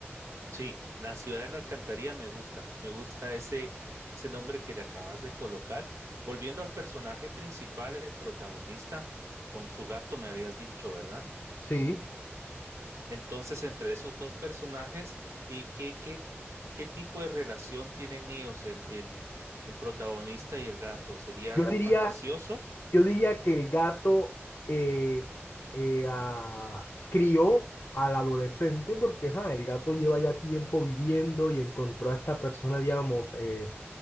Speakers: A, on the right; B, on the left.
A: Sí, la ciudad de la alcantarilla me gusta, me gusta ese, ese nombre que le acabas de colocar. Volviendo al personaje principal, el protagonista, con su gato me habías dicho, ¿verdad?
B: Sí,
A: Entonces, entre esos dos personajes, ¿y qué, qué, qué tipo de relación tienen ellos, el, el, el protagonista y el gato? ¿Sería
B: yo
A: algo
B: diría,
A: fantasioso?
B: yo diría que el gato eh, eh, ah, crió al adolescente porque ajá, el gato lleva ya tiempo viviendo y encontró a esta persona, digamos, eh,